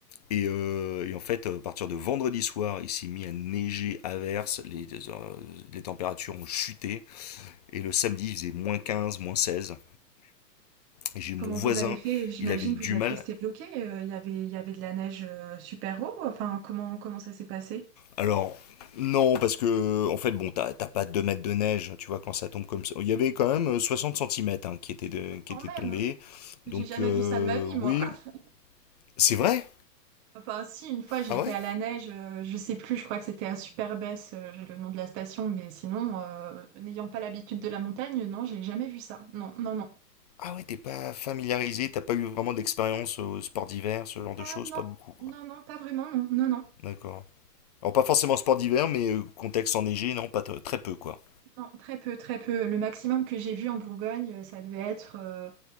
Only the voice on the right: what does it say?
Comment
vous avez fait? J'imagine
vous
êtes
restés bloqués. euh, Il y avait, il y avait de la neige euh, super haut. Enfin, comment, comment ça s'est passé?
Quand
même,
j'ai
jamais
vu ça de ma vie,
moi. <laughs>
Enfin, si, une fois, j'étais
à la neige, euh, je sais plus, je crois que c'était à Superbès, euh, j'ai le nom de la station, mais sinon, euh, n'ayant pas l'habitude de la montagne, non, j'ai jamais vu ça. Non, non, non.
Ah non,
non, non, pas vraiment, non, non, non.
Non, très peu, très peu. Le maximum que j'ai vu en Bourgogne, euh, ça devait être euh,